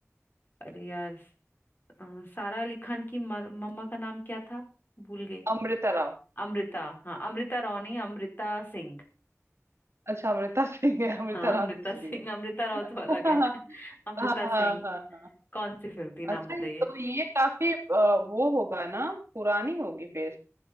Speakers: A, on the left; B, on the right.
A: अरे यार अ, सारा अली खान की म- मम्मा का नाम क्या था भूल गई
B: अमृता राव
A: अमृता हाँ अमृता राव नहीं अमृता सिंह
B: अच्छा अमृता सिंह है अमृता
A: हाँ अमृता
B: राव दूसरी
A: सिंह
B: है
A: अमृता राव तो अलग
B: <laughs> हाँ
A: है <laughs> अमृता
B: हाँ
A: सिंह
B: हाँ
A: कौन सी फिल्म थी नाम
B: अच्छा
A: बताइए
B: ये तो ये काफी अ, वो होगा ना पुरानी होगी फिर